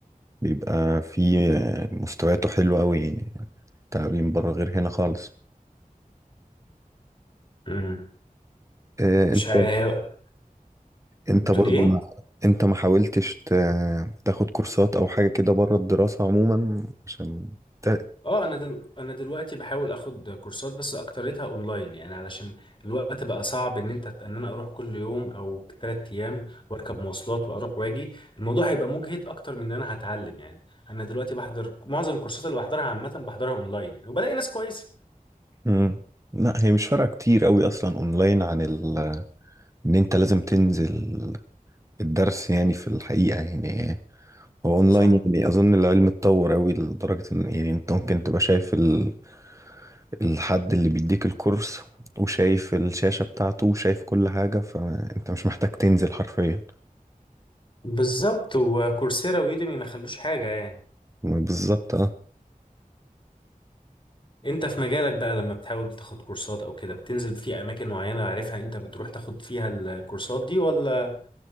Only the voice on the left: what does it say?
امم
مش
عارف
بتقول
ايه
اه انا دلو... انا دلوقتي بحاول اخد كورسات بس اكتريتها اونلاين يعني علشان الوقت بقى صعب ان انت ان انا اروح كل يوم او ثلاث ايام واركب مواصلات واروح واجي الموضوع هيبقى مجهد اكتر من ان انا هتعلم يعني انا دلوقتي بحضر معظم الكورسات اللي بحضرها عامة بحضرها اونلاين وبلاقي ناس كويسة
صح
بالظبط وكورسيرا ويوديمي ما خلوش حاجة يعني
انت في مجالك بقى لما بتحاول تاخد كورسات او كده بتنزل في اماكن معينة عارفها انت بتروح تاخد فيها الكورسات دي ولا